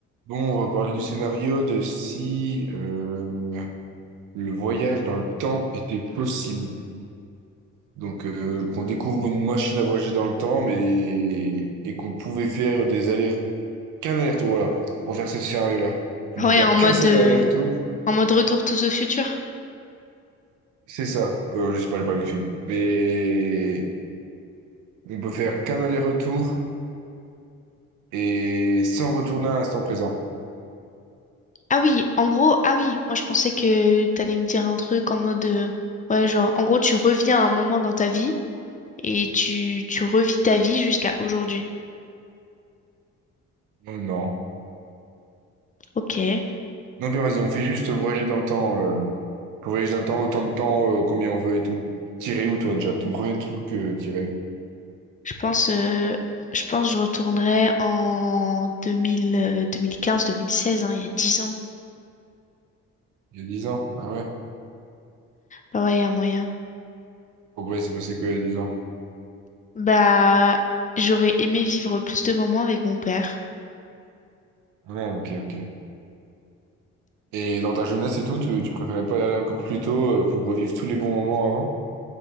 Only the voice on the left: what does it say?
Ah
Ouais,
en mode,
euh,
en mode retour to the future.
Ah oui, en gros, ah oui, moi je pensais que t'allais me dire un truc en mode, euh, ouais, genre, en gros, tu reviens à un moment dans ta vie et tu, tu revis ta vie jusqu'à aujourd'hui.
Ok, je
pense, euh, je pense que je retournerai en 2000, euh, 2015, 2016, hein, il y a 10 ans.
Bah ouais, il y a moyen.
Bah, j'aurais aimé vivre plus de moments avec mon père.